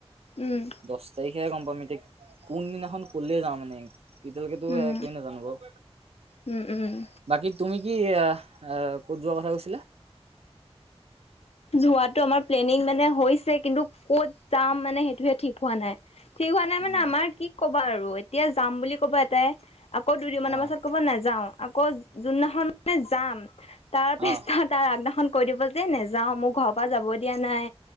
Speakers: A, on the left; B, on the right.
A: উম
B: দছ তাৰিখে গম পাম মিতিক কোনদিনাখন কলে যাওঁ মানে এতিয়ালকেটো
A: উম
B: একোৱে নাজানো বাৰু
A: উম উম
B: বাকী তুমি কি এ এ ক'ত যোৱা কথা কৈছিলা
A: যোৱাতটো আমাৰ প্লেনিং মানে হৈছে কিন্তু ক'ত যাম মানে সেইটোহে ঠিক হোৱা নাই ঠিক হোৱা নাই
B: উম,
A: মানে আমাৰ কি কবা আৰু এতিয়া যাম বুলি ক'বা এটাই আকৌ দুই দু মমানৰ
B: অ
A: পাছত ক'ব নাযাও আকৌ যোনদিনাখন মানে যাম তাৰ পিছত
B: অ
A: তাৰ আগদিনাখন কৈ দিব যে নেযা মোৰ ঘৰৰ পৰা যাব দিয়া নাই